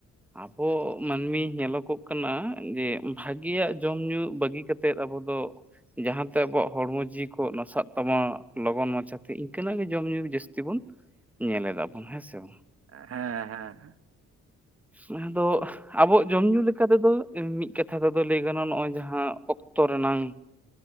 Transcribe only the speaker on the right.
ᱦᱮᱸ ᱦᱮᱸ ᱦᱮᱸ <unintelligible>